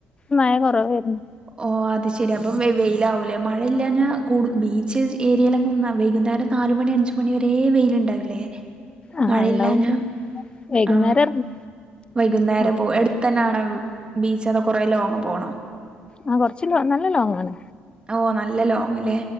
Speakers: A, on the left (about 25°); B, on the right (about 25°).
A: മഴ കൊറവേര്ന്നു
B: ഓ അത് ശെരി അപ്പം വെയിലാവൂലേ മഴയില്ലാഞ്ഞാ കൂ ബീച്ച് ഏരിയയിലൊക്കെ വൈകുന്നേരം നാ ല് മണി അഞ്ച് മണി വരെ വെയ്ലുണ്ടാവില്ലേ
A: ആ
B: മഴയില്ലഞ
A: ഉണ്ടാവും വൈകുന്നേരം
B: ആ
A: ഇറങ്ങി
B: വൈകുന്നേര
A: അതെ
B: പോ എടുത്തന്നെ ആണ ബീച്ചത കുറെ ലോങ്ങ് പോണോ
A: ആ കൊറച്ച് ലോ നല്ല ലോങ്ങാണ്
B: ഓ നല്ല ലോങ് ലെ